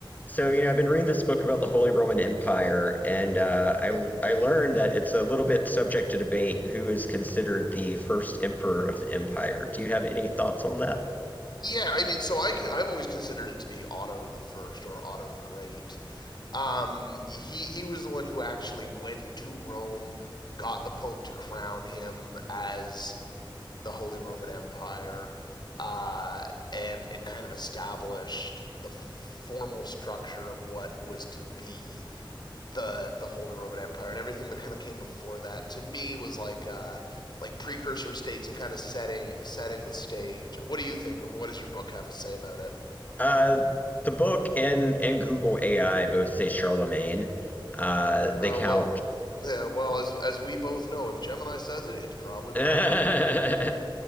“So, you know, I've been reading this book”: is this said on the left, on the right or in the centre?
Left